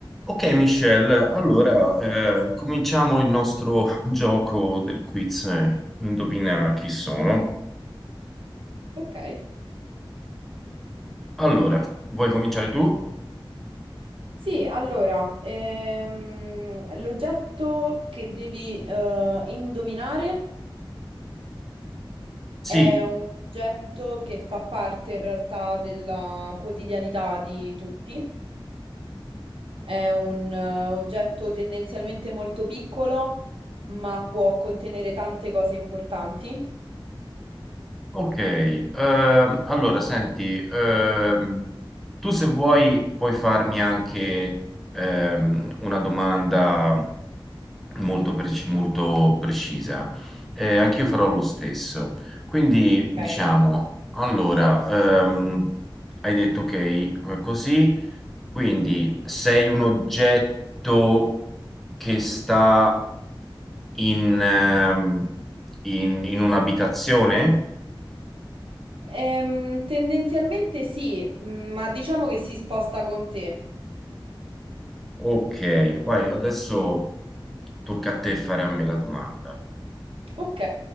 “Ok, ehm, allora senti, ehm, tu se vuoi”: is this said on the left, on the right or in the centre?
Centre